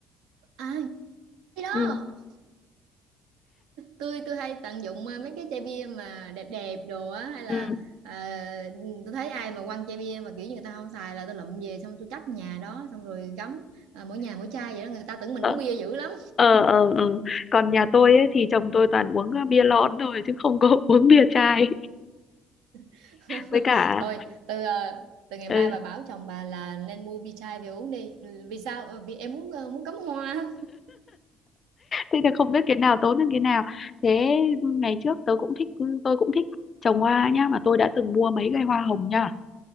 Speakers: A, on the right; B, on the left.
A: à cái đó
B: ừ
A: tôi tôi hay tận dụng ờ, mấy cái chai bia mà đẹp đẹp đồ á hay là
B: ừ
A: ờ, tôi thấy ai mà quăng chai bia mà kiểu như người ta không xài là tôi lụm về xong tôi cất nhà đó xong rồi gắm ờ, mỗi nhà mỗi chai vậy đó người ta tưởng mình
B: ờ
A: uống bia dữ lắm
B: ờ ờ ờ. còn nhà tôi ấy, thì chồng tôi toàn uống ờ, bia lon thôi chứ không có <laughs> uống bia chai
A: <laughs>
B: với cả
A: thôi từ ờ, từ ngày
B: ừ.
A: mai bà bảo chồng bà là nên mua bia chai về uống đi Ừ, vì sao Ờ, vì em muốn ờ, muốn cắm hoa
B: thế thì không biết cái nào tốt hơn cái nào thế ngày trước tớ cũng thích ừ, tôi cũng thích trồng hoa nhá mà tôi đã từng mua mấy cây hoa hồng nhá